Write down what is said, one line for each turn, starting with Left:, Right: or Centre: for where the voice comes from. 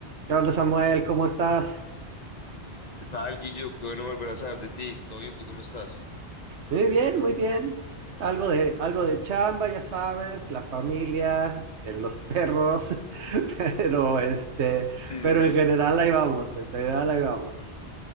Right: ¿Qué onda, Samuel? ¿Cómo estás?
Left: ¿Qué tal, Guillo? Qué bueno volver a saber de ti. ¿Todo bien? ¿Tú cómo estás?
Right: Muy bien, muy bien. Algo de, algo de chamba, ya sabes, la familia, eh, los perros, <laughs> pero este,
Left: Sí, sí,
Right: pero
Left: sí.
Right: en general ahí vamos, en general ahí vamos.